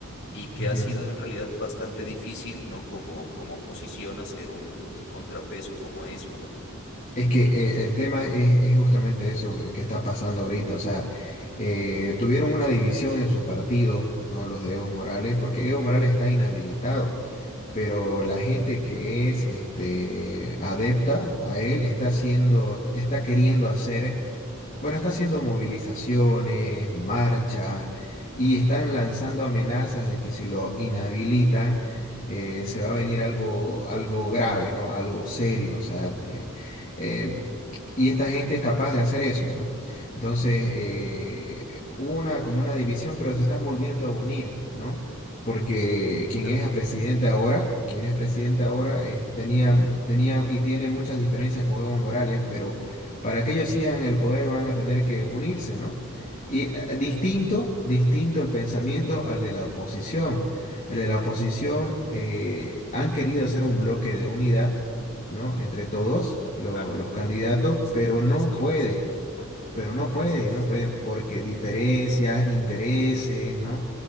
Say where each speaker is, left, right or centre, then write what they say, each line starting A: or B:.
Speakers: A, on the left (about 60°); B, on the left (about 35°).
A: y que
B: ujú.
A: ha sido en realidad bastante difícil, ¿no? Como, como oposición hacer un, un contrapeso como a eso, ¿no?
B: Es que eh, el tema es, es justamente eso eh, que está pasando ahorita, o sea, eh, tuvieron una división en su partido, ¿no? Los de Evo Morales, porque Evo Morales está inhabilitado, pero la gente que es este, adepta a él está haciendo, está queriendo hacer Bueno, está haciendo movilizaciones, marchas y están lanzando amenazas de que si lo inhabilitan eh, se va a venir algo, algo grave, ¿no? Algo serio, o sea, eh, eh, y esta gente es capaz de hacer eso, ¿no? Entonces, eh, hubo una, como una división, pero se están volviendo a unir, ¿no? Porque quien
A: Tal-
B: es a presidente ahora, quien es presidente ahora, eh, tenía, tenía y tiene muchas diferencias con Evo Morales, pero para que ellos sigan el poder van a tener que unirse, ¿no? Y eh, distinto, distinto el pensamiento al de la oposición. El de la oposición eh, han querido hacer un bloque de unidad, ¿no? Entre todos lo-
A: Claro,
B: los candidatos,
A: eh, es que
B: pero
A: creo que
B: no
A: les toca,
B: puede
A: sí, porque
B: pero
A: diferencias.
B: no puede, no puede, porque diferencias, intereses, ¿no?